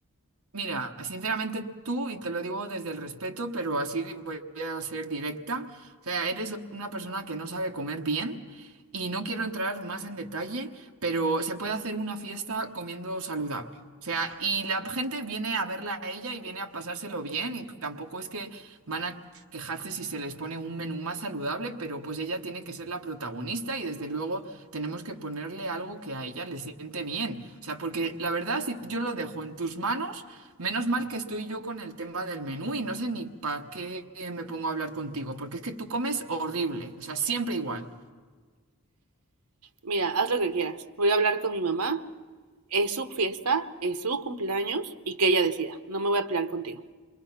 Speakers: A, on the right (about 70°); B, on the right (about 85°).
A: Mira, sinceramente tú, y te lo digo desde el respeto, pero así di- voy a ser directa, o sea, eres una persona que no sabe comer bien y no quiero entrar más en detalle, pero se puede hacer una fiesta comiendo saludable. O sea, y la gente viene a verla a ella y viene a pasárselo bien y tampoco es que van a quejarse si se les pone un menú más saludable, pero pues ella tiene que ser la protagonista y desde luego tenemos que ponerle algo que a ella le siente bien. O sea, porque la verdad, si yo lo dejo en tus manos, Menos mal que estoy yo con el tema del menú y no sé ni para qué eh, me pongo a hablar contigo, porque es que tú comes horrible, o sea, siempre igual.
B: mira, haz lo que quieras. Voy a hablar con mi mamá, es su fiesta, es su cumpleaños y que ella decida. No me voy a pelear contigo.